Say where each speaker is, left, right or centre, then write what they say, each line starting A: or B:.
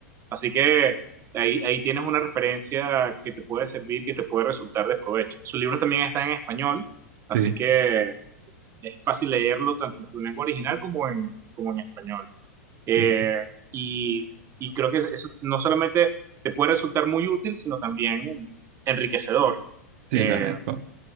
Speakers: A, on the right (about 30°); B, on the right (about 50°).
A: Así que ahí, ahí tienes una referencia que te puede servir, que te puede resultar de provecho. Sus libros también están en español, así
B: sí,
A: que es fácil leerlo tanto en tu lengua original como en, como en español. Eh,
B: listo.
A: y, y, creo que eso no solamente te puede resultar muy útil, sino también enriquecedor.
B: Sí,
A: Eh,
B: te agradezco.